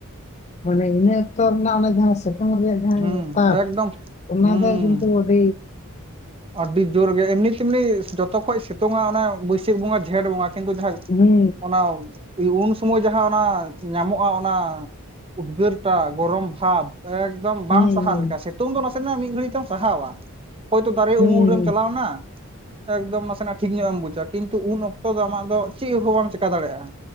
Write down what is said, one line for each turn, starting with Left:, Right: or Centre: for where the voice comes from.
Left: ᱢᱟᱱᱮ ᱤᱱᱟᱹ ᱚᱠᱛᱚ ᱨᱮᱱᱟᱜ ᱚᱱᱮ ᱡᱟᱦᱟᱸ ᱥᱤᱛᱩᱝ ᱨᱮᱭᱟᱜ ᱡᱟᱦᱟᱸ
Right: ᱦᱩᱸ
Left: ᱛᱟᱠ
Right: ᱮᱠᱫᱚᱢ
Left: ᱚᱱᱟ
Right: ᱦᱩᱸ
Left: ᱫᱚ ᱠᱤᱱᱛᱩᱼᱼ <unintelligible> ᱵ
Right: ᱟᱹᱰᱤ ᱡᱳᱨ ᱜᱮᱭᱟ ᱮᱢᱱᱤ ᱛᱮᱢᱱᱤ ᱡᱚᱛᱼᱼ ᱡᱚᱛᱚ ᱠᱷᱚᱱᱚᱡ ᱥᱤᱛᱳᱝᱼᱟ ᱚᱱᱮ ᱵᱟᱹᱭᱥᱟᱹᱠᱷ ᱵᱚᱸᱜᱟ ᱡᱷᱮᱸᱴ ᱵᱚᱸᱜᱟ ᱠᱤᱱᱛᱩ ᱡᱟᱦᱟᱸ
Left: ᱦᱩᱸ
Right: ᱚᱱᱟᱼᱼ ᱩᱱ ᱥᱚᱢᱚᱭ ᱡᱟᱦᱟᱸ ᱚᱱᱟ ᱧᱟᱢᱚᱜᱼᱟ ᱚᱱᱟ ᱩᱫᱽᱜᱟᱹᱨᱴᱟ ᱜᱚᱨᱚᱢ ᱵᱷᱟᱵᱽ, ᱮᱠᱫᱚᱢ ᱵᱟᱝ
Left: ᱦᱩᱸ
Right: ᱥᱟᱦᱟᱜ ᱞᱮᱠᱟ ᱥᱤᱛᱳᱝ ᱫᱚ ᱱᱟᱥᱮᱱᱟᱜ ᱢᱤᱫ ᱜᱷᱟᱹᱲᱤᱡ ᱛᱮᱢ ᱥᱟᱦᱟᱣᱟ᱾ ᱛᱚ ᱫᱟᱨᱮ
Left: ᱦᱩᱸ ᱦᱩᱸ
Right: ᱩᱢᱩᱞ ᱨᱮᱢ ᱪᱟᱞᱟᱣ ᱮᱱᱟᱼᱼ ᱮᱠᱫᱚᱢ ᱱᱟᱥᱮᱱᱟᱜ ᱴᱷᱤᱠ ᱧᱚᱜ ᱮᱢ ᱵᱩᱡᱟ ᱠᱤᱱᱛᱩ ᱩᱱ ᱚᱠᱛᱚ ᱫᱚ ᱟᱢᱟᱜ ᱫᱚ ᱪᱮᱫ ᱦᱚᱸ ᱵᱟᱢ ᱪᱤᱠᱟ ᱫᱟᱲᱮᱭᱟᱜᱼᱟ᱾